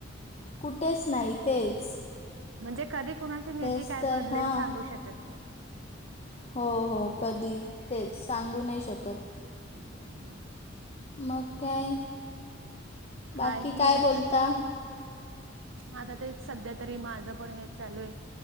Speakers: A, on the left; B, on the right.
A: कुठेच नाही तेच
B: म्हणजे कधी कुणाची नीती
A: तेच
B: काय
A: तर
B: बदलेल
A: हां
B: सांगू शकत मी
A: हो हो कधी तेच सांगू नाही शकत
B: ह
A: मग काय? बाकी
B: काही नाही
A: काय
B: आता
A: बोलता
B: आता तेच सध्या तरी माझं पण हेच चालू आहे